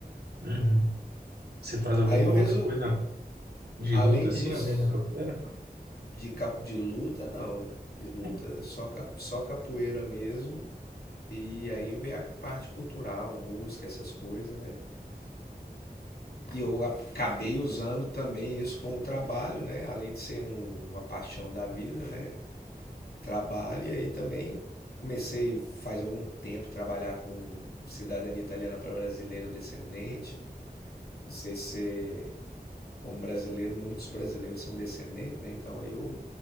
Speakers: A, on the right; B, on the left.
A: Uhum. Você faz alguma
B: Aí eu
A: outra
B: resolvi,
A: coisa de
B: além
A: luta assim,
B: disso,
A: além da capoeira?
B: de, cap- de luta não, né? De luta
A: Sim.
B: só, cap- só capoeira mesmo. E aí vem a parte cultural, música, essas coisas, né? E eu acabei usando também isso como trabalho, né? Além de ser um- uma paixão da vida, né? trabalho e aí também comecei faz algum tempo trabalhar com cidadania italiana para brasileiro descendente. Não sei se como brasileiro, muitos brasileiros são descendentes, né? Então eu